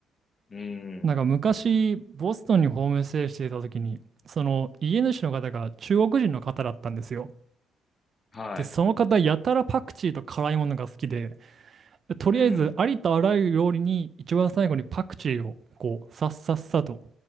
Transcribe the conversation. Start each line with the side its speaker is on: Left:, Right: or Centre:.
Left: うん。
Right: なんか昔、ボストンにホームステイしていた時に、その家主の方が中国人の方だったんですよ。
Left: はい。
Right: で、その方、やたらパクチーと辛いものが好きで、でとりあえず、
Left: うん。
Right: ありとあらゆる料理に一番最後にパクチーを、こう、さっさっさと、